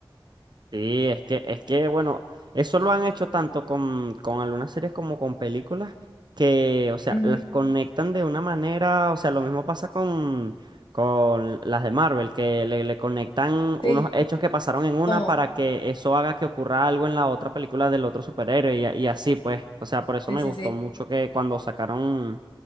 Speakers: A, on the right (about 55°); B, on the left (about 70°).
A: Sí, es que, es que, bueno, eso lo han hecho tanto con, con algunas series como con películas que, o sea,
B: Ujú,
A: las conectan de una manera, o sea, lo mismo pasa con, con las de Marvel, que le, le conectan
B: Sí.
A: unos hechos que pasaron en una
B: Todo.
A: para que eso haga que ocurra algo en la otra película del otro superhéroe y, a- y así, pues, o sea, por eso
B: Sí,
A: me
B: sí,
A: gustó
B: sí.
A: mucho que cuando sacaron